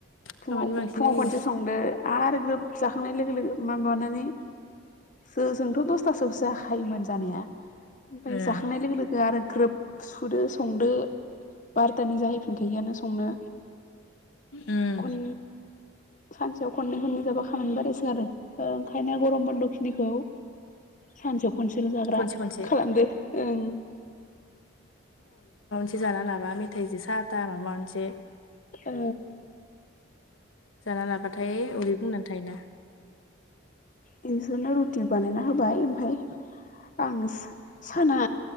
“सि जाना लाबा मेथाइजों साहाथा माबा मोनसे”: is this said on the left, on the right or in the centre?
Left